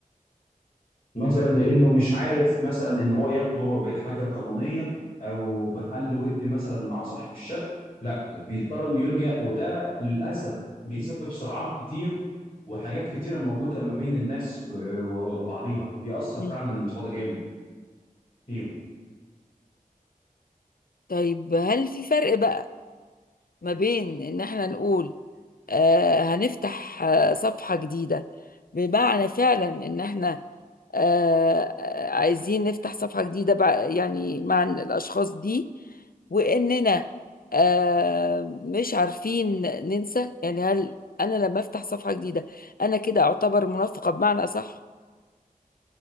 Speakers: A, on the left; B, on the left.
A: نظرا لانه مش عارف مثلا ان هو ياخده بالحاجه القانونيه او بحل ودي مثلا مع صاحب الشقه لا بيضطر انه يلجأ وده للاسف بيسبب صراعات كتير وحاجات كتيره موجوده ما بين الناس آه، و- وبعضيها وبيأثر
B: مم.
A: فعلا الموضوع ده جامد فيهم
B: طيب هل في فرق بقى ما بين ان احنا نقول آه هنفتح آه صفحة جديدة بمعنى فعلا ان احنا آه آه، عايزين نفتح صفحة جديدة بع- يعني مع الاشخاص دي واننا آه مش عارفين ننسى يعني هل انا لما افتح صفحة جديدة انا كده اعتبر منافقة بمعنى صح